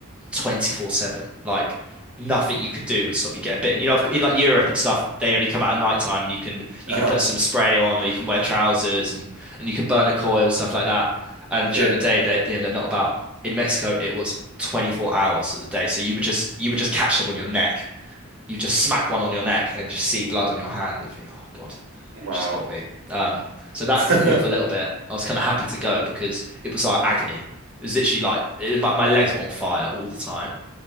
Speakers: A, in the centre; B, on the right.
A: 24/7. Like nothing you could do would stop you getting bitten. You know, in like Europe and stuff, they only come out at night time and you can you
B: Uh-huh.
A: can put some spray on or you can wear trousers and and you can burn a coil, stuff like that. And
B: Yeah.
A: during the day they they- they're not about. In Mexico, it was 24 hours of the day. So you would just you would just catch them on your neck. You just smack one on your neck and just see blood on your hand and think, "Oh God,
B: Wow.
A: just got me." Um, so that
B: <laughs>
A: put me off a little bit. I was kind of happy to go because it was like agony. It was literally like it was, my, my legs were on fire all the time.